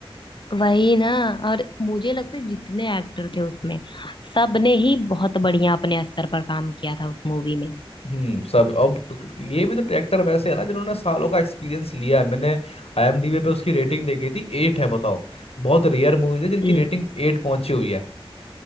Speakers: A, on the left; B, on the left.
A: वही ना और मुझे लगता है जितने एक्टर थे उसमें सबने ही बहुत बढ़िया अपने स्तर पर काम किया था उस मूवी में
B: हम्म सब अब तो- ये भी तो ट्रैक्टर वैसे है ना जिन्होंने सालों का एक्सपीरियंस लिया है मैंने आईएमडीबी पे उसकी रेटिंग देखी थी एट है बताओ बहुत रेयर मूवी है जिनकी
A: हम्म
B: रेटिंग एट पहुंची हुई है